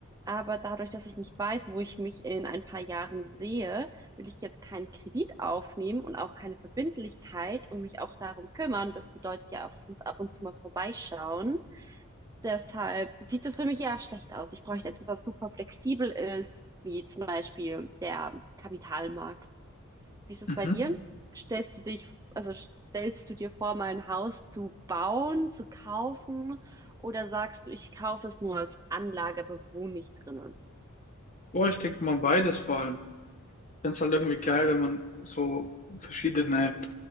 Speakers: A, on the right; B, on the left.
A: Aber dadurch, dass ich nicht weiß, wo ich mich in ein paar Jahren sehe, will ich jetzt keinen Kredit aufnehmen und auch keine Verbindlichkeit und mich auch darum kümmern. Das bedeutet ja auch, ich muss ab und zu mal vorbeischauen. Deshalb sieht das für mich ja schlecht aus. Ich bräuchte etwas, was super flexibel ist, wie zum Beispiel der Kapitalmarkt. Wie ist das
B: Mhm.
A: bei dir? Stellst du dich, also stellst du dir vor, mal ein Haus zu bauen, zu kaufen, oder sagst du, ich kaufe es nur als Anlage, aber wohne nicht drinnen?
B: Boah, ich denke mal beides vor allem. Ich finde es halt irgendwie geil, wenn man so verschiedene